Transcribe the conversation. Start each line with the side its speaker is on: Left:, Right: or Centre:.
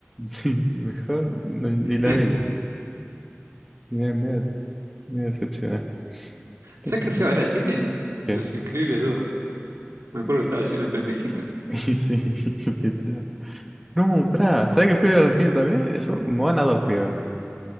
Centre: Sí, mejor no- ni la
Right: <laughs>
Centre: miro. Me, me, me decepciona. ¿Qué
Right: ¿Sabes
Centre: sé
Right: qué fui
Centre: yo?
Right: a ver al cine?
Centre: ¿Qué?
Right: Los Increíbles 2? Me acuerdo que estaba lleno de pendejitos.
Centre: <laughs> Y sí, <laughs> literal. No, pará, ¿sabes qué fui a ver recién también? Yo, Moana 2 fui a ver.